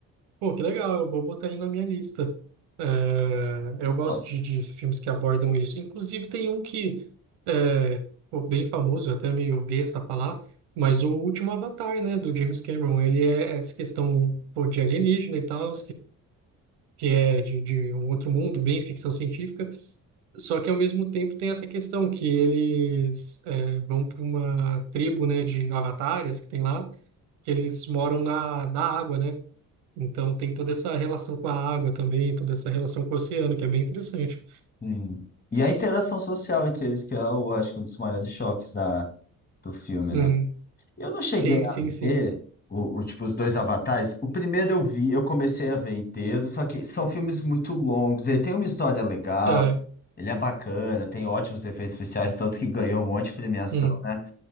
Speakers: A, on the right (about 85°); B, on the left (about 25°).
A: pô, que legal, eu vou botar ele na minha lista. É, eu gosto
B: Ó,
A: de, de filmes que abordam isso. Inclusive, tem um que é pô, bem famoso, até meio besta falar, mas o último Avatar, né, do James Cameron, ele é essa questão, pô, de alienígena e tal, que é de, de um outro mundo, bem ficção científica, só que ao mesmo tempo tem essa questão que eles é, vão para uma tribo, né, de avatares que tem lá, que eles moram na, na água, né? Então tem toda essa relação com a água também, toda essa relação com o oceano, que é bem interessante.
B: hum. E a interação social entre eles, que eu acho que é um dos maiores choques da, do filme,
A: Uhum.
B: né? Eu não cheguei
A: Sim, sim,
B: a
A: sim.
B: ver o, o, tipo, os dois Avatares. O primeiro eu vi, eu comecei a ver inteiro, só que são filmes muito longos. Ele tem uma história legal,
A: Aham.
B: ele é bacana, tem ótimos efeitos especiais, tanto que ganhou um monte de premiação,
A: Hum.
B: né?